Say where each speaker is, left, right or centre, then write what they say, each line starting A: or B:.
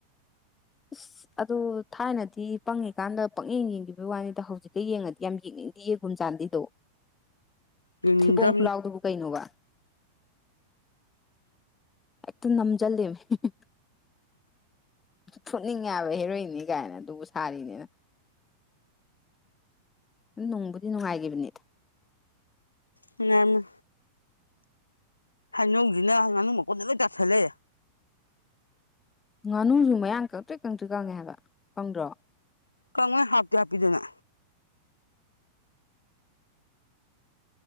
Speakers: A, on the left; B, on the left.
A: ꯑꯁ ꯑꯗꯣ ꯊꯥꯏꯅꯗꯤ ꯄꯪꯉꯤꯀꯥꯟꯗ ꯄꯪꯌꯦꯡ ꯌꯦꯡꯒꯤꯕ ꯋꯥꯅꯤꯗ ꯍꯧꯖꯤꯛꯀ ꯌꯦꯡꯉꯗꯤ ꯌꯥꯝ ꯌꯦꯡꯅꯤꯡꯗꯤꯌꯦ ꯒꯨꯝꯖꯥꯟꯗꯤꯗꯣ
B: ꯌꯦꯡꯅꯤꯡꯗ꯭ꯔꯕꯅꯤ
A: ꯊꯤꯄꯣꯡ ꯈꯨꯂꯥꯎꯗꯨꯕꯨ ꯀꯩꯅꯣꯕ ꯑꯦꯛꯇ ꯅꯝꯖꯜꯂꯦꯃꯤ <unintelligible> ꯐꯨꯠꯅꯤꯡꯉꯦꯏꯕ ꯍꯦꯔꯣꯏꯟꯅꯤ ꯀꯥꯏꯅ ꯑꯗꯨꯕꯨ ꯁꯥꯔꯤꯅꯦꯅ ꯑꯗꯨ ꯅꯨꯡꯕꯨꯗꯤ ꯅꯨꯡꯉꯥꯏꯒꯤꯕꯅꯦ
B: ꯅꯨꯉꯥꯏꯃꯦ ꯍꯩꯅꯧꯖꯤꯅ ꯉꯥꯅꯨ ꯃꯀꯣꯟꯗ ꯂꯣꯏ ꯇꯥꯥꯁꯜ ꯂꯩꯔꯦ
A: ꯉꯥꯅꯨꯖꯨ ꯃꯌꯥꯡ ꯀꯪꯇ꯭ꯔꯤ ꯀꯪꯇ꯭ꯔꯤ ꯀꯪꯉꯦ ꯍꯥꯏꯕ ꯀꯪꯗ꯭ꯔꯣ
B: ꯀꯪꯉꯦ ꯍꯥꯞꯇꯤ ꯍꯥꯞꯄꯤꯗꯅ